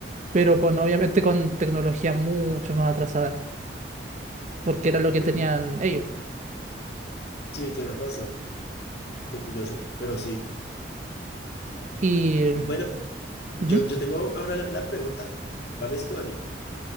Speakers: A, on the right (about 40°); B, on the left (about 60°).
A: pero con, obviamente con tecnología mucho más atrasada, porque era lo que
B: Mm,
A: tenían ellos.
B: sí, tienes razón. Qué curioso, pero sí.
A: Y
B: Bueno, yo,
A: Ujú.
B: yo tengo ahora la, la pregunta. ¿Cuál es tu anime?